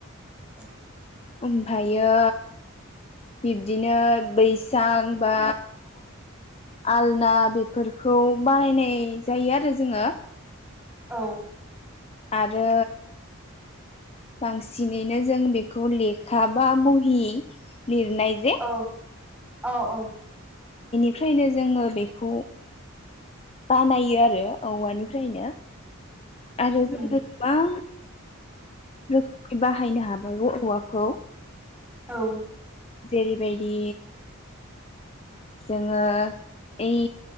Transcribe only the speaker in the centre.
<inaudible>
औ
औ औ औ
उम
औ